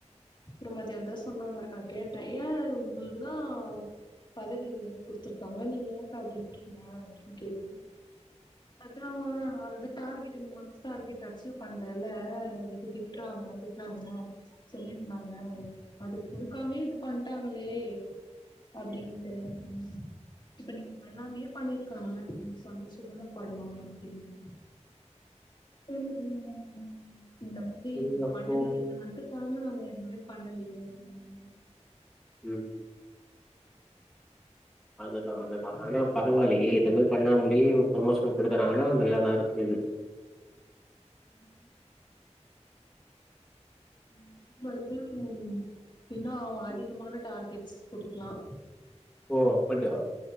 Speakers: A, on the left; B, in the centre.
A: அப்புறம் மதியம் தான் சொன்னாங்க கேட்டேன் ஏன் உங்களுக்குதான் பதவி குடுத்தருக்காங்க நீ ஏக்கா அப்டி இருக்கீங்க அப்டின்னு கேட்டன் அதாஹா அது டார்கெட் இந்த மன்ஸ் டாரெட் அச்சீவ் பண்லலா அது திட்டுறாங்க அது காங்க சொல்லிருந்தாங்க அது கொடுக்காமே இது பண்ட்டாங்களே அப்படின்ட்டு உம் இப்ப நீங் பண்ணாமயே பண்ணியிருக்காங்க நீங்க சந்தோசமா பட்ணும் அப்படின்னா பெண் உம் உம் இந்த மாதிரி
B: சரி அப்போ
A: பண்ணதிலே இந்த மந் காண சோ எதுமே பண்ணலே அப்பட
B: ம் அதுதான் அதுதான் ஆனா பரவாயில்லையே எதுவுமே பண்ணாமடியும் ஒரு ப்ரமோஷன் கொடுக்குறாங்க ஆனா நல்லதான் இருக்கு இது
A: உம் உ இப்ப அதுதாங்க <unintelligible> பின்னோ அதிகமான
B: ம்.
A: டார்கெட் குடுக்கலாம்
B: ஓ அப்படியா